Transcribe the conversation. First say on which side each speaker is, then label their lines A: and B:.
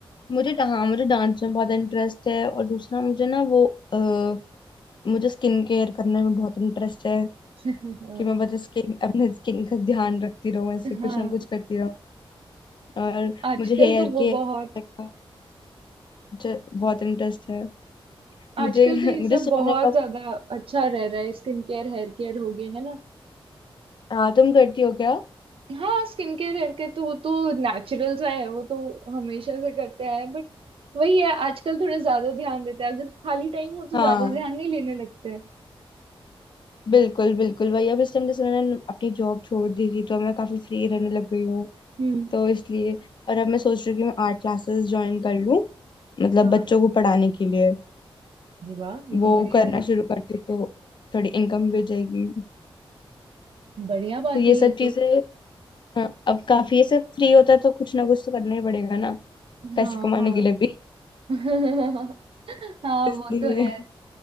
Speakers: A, on the left; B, on the right.
A: मुझे डा- हाँ मुझे डांस में बहुत इंटरेस्ट है और दूसरा मुझे ना वो आ, मुझे स्किन केयर करने में बहुत इंटरेस्ट है
B: <laughs> हाँ
A: कि मैं बस स्किन अपने स्किन का ध्यान रखती रहूं ऐसे कुछ
B: हाँ
A: ना कुछ करती रहूं और
B: आजकल
A: मुझे हेयर
B: तो वो
A: के
B: बहुत
A: का मुझे बहुत इंटरेस्ट है मुझे
B: आजकल
A: <laughs>
B: तो ये
A: मुझे
B: सब
A: सोने
B: बहुत
A: का
B: ज्यादा अच्छा रह रहा है स्किन केयर हेयर केयर हो गए है ना
A: हाँ तुम करती हो क्या
B: हाँ स्किन केयर करके तो वो तो नेचुरल सा है वो तो हमेशा से करते आए हैं बट वही है आजकल थोड़ा ज्यादा ध्यान देते हैं अगर खाली टाइम हो तो
A: हाँ
B: ज्यादा ध्यान नहीं लेने लगते हैं
A: बिल्कुल बिल्कुल भाई अब इस टाइम जैसे मैंने अपनी जॉब छोड़ दी थी तो अब मैं काफी फ्री रहने लग गई हूँ
B: हम्म
A: तो इसलिए और अब मैं सोच रही हूँ कि मैं आर्ट क्लासेस ज्वाइन कर लूँ मतलब
B: हाँ
A: बच्चों को पढ़ाने के लिए
B: ये वाह ये तो
A: वो
B: बढ़िया
A: करना
B: है
A: शुरू करती हूँ तो थोड़ी इनकम भी हो जाएगी
B: बढ़िया बात
A: तो ये
B: है ये
A: सब चीजें
B: तो
A: हाँ अब काफी ये सब फ्री होता है तो कुछ ना कुछ तो करना ही पड़ेगा ना पैसे
B: हाँ
A: कमाने
B: हाँ
A: के लिए भी
B: <laughs> हाँ
A: इसलिए
B: वो तो है